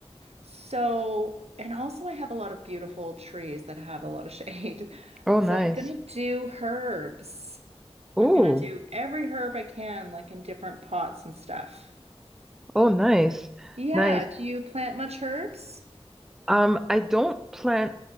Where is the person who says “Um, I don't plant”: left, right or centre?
Centre